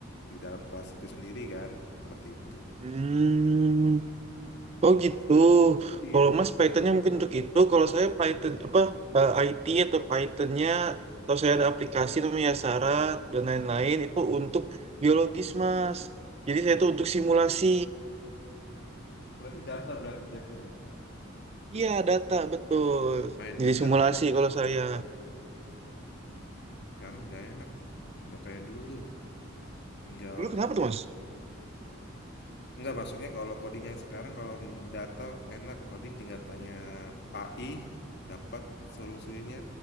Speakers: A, on the left (about 55°); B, on the right (about 30°).
A: di dalam kelas itu sendiri kan seperti itu
B: Hmm. Oh gitu.
A: Iya,
B: Kalau Mas Pythonnya mungkin untuk itu. Kalau saya Python apa eh, IT atau Pythonnya atau saya ada aplikasi namanya Syarat dan lain-lain itu untuk biologis Mas. Jadi saya itu untuk simulasi.
A: berarti data berarti jatuhnya.
B: Iya, data betul.
A: main
B: Jadi
A: di data
B: simulasi kalau saya.
A: Hmm, sekarang udah enak nggak kayak dulu tinggal
B: Dulu kenapa tuh, Mas?
A: nggak maksudnya kalau codingan sekarang kalau data enak coding tinggal tanya AI dapat solusinya